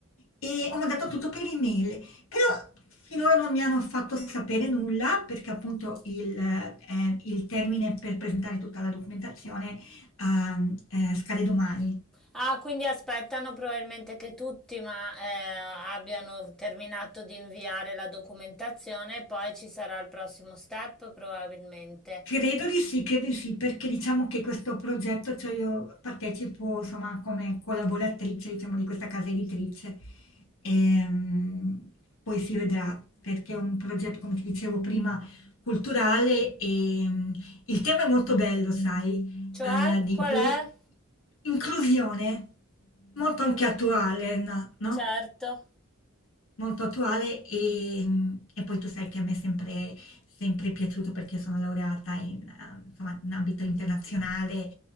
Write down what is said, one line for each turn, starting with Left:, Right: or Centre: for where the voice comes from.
Left: e ho mandato tutto per email, però finora non mi hanno fatto sapere nulla perché appunto il ehm, il termine per presentare tutta la documentazione, uhm, ehm, eh, scade domani.
Centre: Ah, quindi aspettano probabilmente che tutti ma, eh, abbiano terminato di inviare la documentazione e poi ci sarà il prossimo step probabilmente.
Left: Credo di sì, credo di sì, perché diciamo che questo progetto, cioè io partecipo insomma come collaboratrice diciamo di questa casa editrice, Ehm, poi si vedrà perché è un progetto, come ti dicevo prima, culturale e mm, il tema è molto bello, sai,
Centre: Cioè,
Left: eh, di
Centre: qual
Left: inclu-
Centre: è?
Left: inclusione, molto
Centre: Che
Left: anche attuale, no? no?
Centre: certo.
Left: Molto attuale e mhmm, e poi tu sai che a me è sempre sempre piaciuto perché io sono laureata in uhm, insomma in ambito internazionale